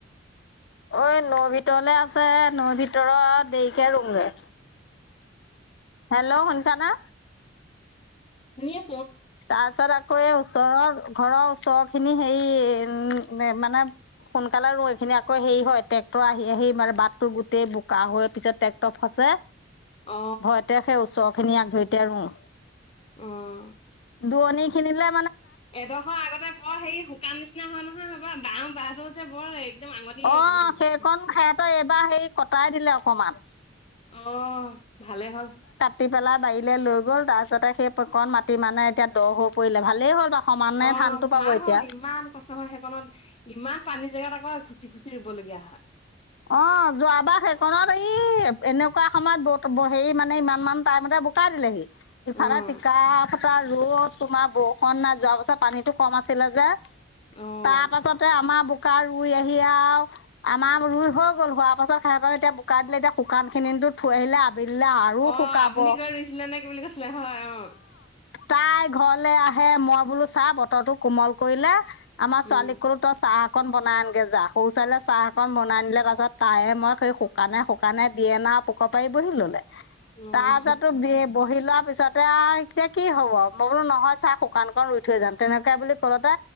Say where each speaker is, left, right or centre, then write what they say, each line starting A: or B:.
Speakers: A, on the left (about 65°); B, on the left (about 30°).
A: অ', নৈ ভিতৰলে আছে, নৈ ভিতৰত দেৰিকে ৰুমগৈ।
B: <unintelligible>
A: হেল্ল' শুনছানা।
B: ন <unintelligible>
A: তাৰ পিছত আকৌ এই ওচৰৰ ঘৰৰ ওচৰ খিনি হেৰি মানে সোনকালে ৰুও এইখিনি আকৌ হেৰি হয় ট্ৰেক্টৰ আহি আহি মানে বাটটো গোটেই বোকা হৈ পিছত ট্ৰেক্টৰ ফচে
B: অ অ
A: ভয়তে সেই ওচৰ খিনি আগ ধৰিতে ৰুও।
B: উম।
A: দূৰণী খিনিলে
B: এডোখৰ আগতে বৰ হেৰি শুকান নিচিনা হয় নহয়ব বওঁ বাহ যে বৰ একদম আঙুলি
A: অ', সেইকণ সিহতৰ এইবাৰ হেৰি কটাই দিলে অকমান।
B: অ', ভালেই হ'ল।
A: কাটি পেলাই বাৰীলৈ লৈ গ'ল তাৰপিছতে সেইকণ মাটি মানে এতিয়া দ' হৈ পৰিলে ভালেই হ'ল সমানে
B: অ',
A: ধানটো পাব
B: ভাল
A: এতিয়া
B: হ'ল ইমান কষ্ট হয় সেইকণত ইমান পানীৰ জেগাত আকৌ খুচি খুচি ৰুবলগীয়া হয়।
A: অ', যোৱাবাৰ সেইকনত ই এনে সময়ত ব সে মানে ইমান মান টাইমতে বোকা দিলেহি, ইফালে
B: অ',
A: টিকাফটা ৰ'দ তোমাৰ বৰষুণ নাই যোৱাবছৰত পানীটো কম আছিলে যে
B: অ',
A: তাৰ পাছতে আমাৰ বোকা ৰুই আহি আৰু আমাৰ ৰুই হৈ গ'ল হোৱাৰ পাছত সিহঁত এতিয়া বোকা দিলে এতিয়া শুকানখিনিতো থৈ আহিলে াবিলে আৰু
B: অ',
A: শুকাব
B: আপুনি
A: অ',
B: গৈ ৰুইছিলে নে কি বুলি কৈছিলে হয় অ',
A: তাই ঘৰলে আহ হে মই বোলো চাহ বতৰটো কোমল কৰিলে আমাৰ
B: উম,
A: ছোৱালীক ক'লো তই চাহ অকন বনাই আনগে যা সৰু ছোৱালীয়ে চাহ অকন বনাইনিলে তাৰপাছত তায়ে মই সেই শুকানে শুকানে বিয়েনা পোক পাৰি বহি ললে
B: অ',
A: তাৰ যাতো বি বহি লোৱা তাৰপিছতে আৰু এতিয়া কি হব মই বোলো নহয় চাহ শুকান ক ৰুই থৈ যাম তেনেকে বুলি কলোতে